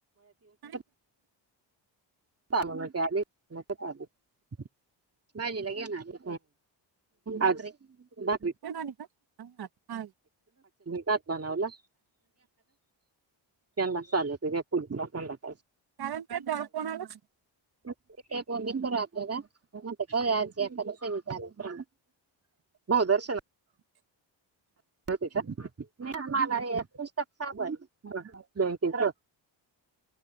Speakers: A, on the right; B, on the right.
A: आणि
B: <unintelligible> <unintelligible> भाजीला घेणारे आज भाकरी
A: तेणी का हा, हा.
B: भात बनवला त्यांना चालत पुढे
A: <unintelligible>
B: <unintelligible> बहुदर्शन हो का मी आमला पुस्तक साबण